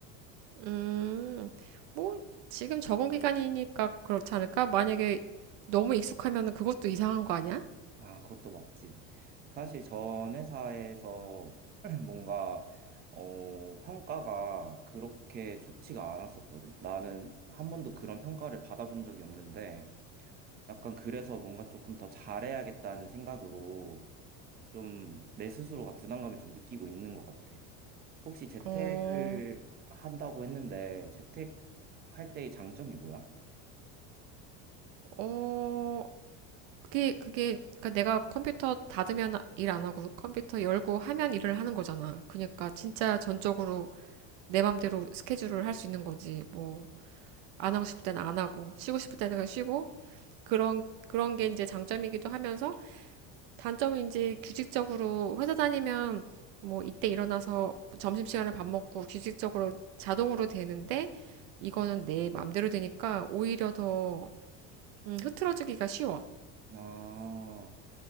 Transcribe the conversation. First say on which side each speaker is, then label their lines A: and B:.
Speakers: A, on the right; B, on the right.
A: 음, 뭐, 지금 적응 기간이니까 그렇지 않을까? 만약에 너무 익숙하면 그것도 이상한 거 아니야?
B: 아, 그것도 맞지. 사실 전 회사에서 <clears throat> 뭔가 어, 평가가 그렇게 좋지가 않았었거든. 나는 한 번도 그런 평가를 받아본 적이 없는데 약간 그래서 뭔가 조금 더 잘해야겠다는 생각으로 좀 내 스스로가 부담감을 좀 느끼고 있는 것 같아. 혹시 음. 재택을
A: 어,
B: 한다고 했는데 재택할 때의 장점이 뭐야?
A: 어, 그게, 그게, 그러니까 내가 컴퓨터 닫으면 일 안 하고 컴퓨터 열고 하면 일을 하는 거잖아. 그러니까 진짜 전적으로 내 맘대로 스케줄을 할 수 있는 거지. 뭐, 안 하고 싶을 때는 안 하고, 쉬고 싶을 때는 그냥 쉬고, 그런, 그런 게 이제 장점이기도 하면서, 단점은 이제 규칙적으로 회사 다니면, 뭐, 이때 일어나서 점심시간에 밥 먹고 규칙적으로 자동으로 되는데, 이거는 내 맘대로 되니까 오히려 더, 음, 흐트러지기가 쉬워.
B: 아,